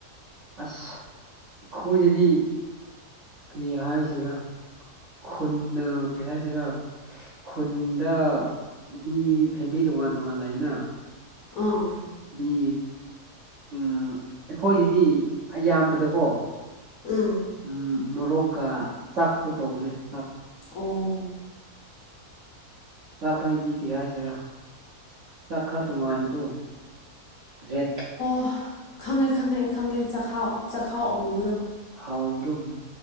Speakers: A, on the right (about 60°); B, on the left (about 60°).
A: ꯑꯁ ꯑꯈꯣꯏꯗꯗꯤ ꯀ꯭ꯔꯤ ꯍꯥꯏꯁꯤꯔꯥ ꯈꯨꯟꯅ ꯀ꯭ꯔꯤ ꯍꯥꯏꯁꯤꯔꯥ ꯈꯨꯟꯗ ꯃꯤ ꯐꯦꯃꯦꯂꯤ ꯇꯣꯉꯥꯟ ꯇꯣꯉꯥꯟ ꯂꯩꯅ
B: ꯑꯥ
A: ꯃꯤ ꯄꯨꯟ ꯑꯩꯈꯣꯏꯗꯗꯤ ꯑꯌꯥꯝꯕꯗꯀꯣ
B: ꯎꯝ
A: ꯎꯝ ꯃꯣꯔꯣꯛꯀ ꯆꯥꯛꯇꯣ ꯇꯧꯕꯅꯦ ꯑ
B: ꯑꯣ
A: ꯆꯥꯛ ꯍꯥꯏꯗꯤ ꯀ꯭ꯔꯤ ꯍꯥꯏꯁꯤꯔꯥ ꯆꯥꯛ ꯈꯔ ꯇꯣꯡꯉꯥꯟꯕꯗꯣ ꯔꯦꯠ
B: ꯑꯍ ꯈꯪꯉꯦ ꯈꯪꯉꯦ ꯑꯩ ꯈꯪꯉꯦ ꯆꯥꯛꯍꯥꯎ ꯆꯥꯛꯍꯥꯎ ꯑꯃꯨꯕꯗꯣ
A: ꯍꯥꯎꯕꯗꯨꯝ